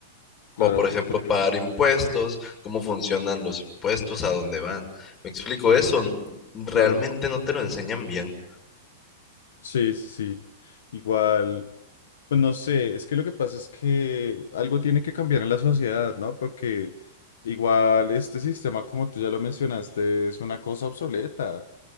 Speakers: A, on the left (about 30°); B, on the left (about 80°).
A: o
B: Claro,
A: por ejemplo
B: porque,
A: pagar impuestos, cómo funcionan los impuestos, a dónde van. Me explico eso, n- realmente
B: claro,
A: no te lo enseñan bien.
B: sí, sí, sí. Igual, pues no sé, es que lo que pasa es que algo tiene que cambiar en la sociedad, ¿no? Porque igual este sistema, como tú ya lo mencionaste, es una cosa obsoleta.